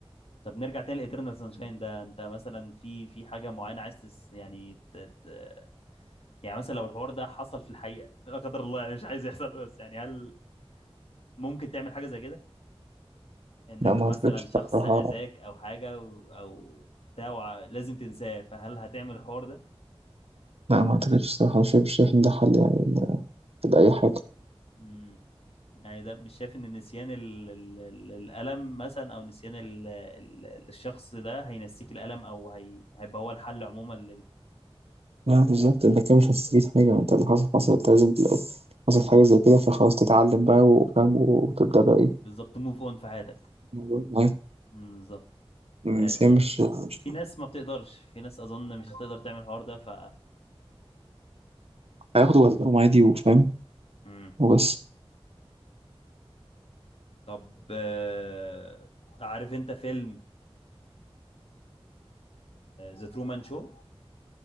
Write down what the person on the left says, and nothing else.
طب نرجع تاني لإترنال سانشاين ده انت مثلا في في حاجه معينه عايز تس يعني ت... ت... يعني مثلا لو الحوار ده حصل في الحقيقه لا قدر الله يعني مش عايز يحصل بس يعني هل ممكن تعمل حاجه زي كده انك
مثلا
شخص اذاك او حاجه و... او بتاع وع- لازم تنساه فهل هتعمل الحوار ده
امم يعني ده مش شايف ان نسيان ال... ال... ال- الالم مثلا او نسيان ال... ال... الشخص ده هينسيك الالم او هي... هيبقى هو الحل عموما لل
امم
بالظبط موف اون في حياتك
امم بالظبط آه
بس
في ناس ما بتقدرش في ناس اظن مش هتقدر تعمل الحوار ده ف
امم
طب آه... عارف انت فيلم ذا ترومان شو